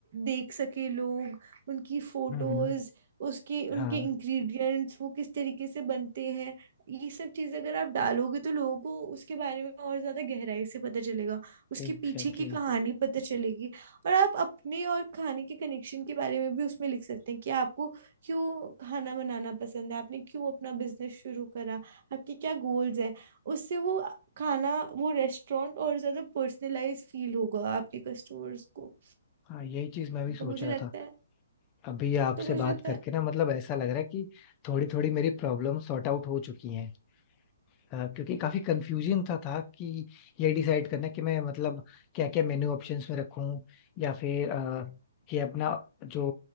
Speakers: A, on the right; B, on the left.
A: देख सके लोग उनकी फोटोज
B: हम्म हम्म,
A: उसके उनके
B: हाँ
A: इंग्रेडिएंट्स वो किस तरीके से बनते हैं ये सब चीज़ अगर आप डालोगे तो लोगों को उसके बारे में और ज़्यादा गहराई से पता चलेगा उसके
B: एग्जैक्टली
A: पीछे की कहानी
B: exactly.
A: पता चलेगी और आप अपने और खाने के कनेक्शन के बारे में भी उसमें लिख सकते हैं कि आपको क्यों खाना बनाना पसंद है आपने क्यों अपना बिजनेस शुरू करा आपके क्या गोल्स हैं उससे वो खाना वो रेस्टोरेंट और ज़्यादा पर्सनलाइज फील होगा आपके कस्टमर्स को
B: हाँ यही चीज मैं भी सोच
A: तो मुझे
B: रहा
A: लगता
B: था
A: है
B: अभी आपसे
A: तो मुझे
B: बात
A: लगता
B: करके
A: है
B: ना मतलब ऐसा लग रहा है कि थोड़ी थोड़ी मेरी प्रॉब्लम सॉर्ट आउट हो चुकी हैं अ, क्योंकि काफी कंफ्यूजिंग था था कि ये डिसाइड करना कि मैं मतलब क्या क्या मेन्यू ऑप्शंस में रखूं या फिर अ, कि अपना जो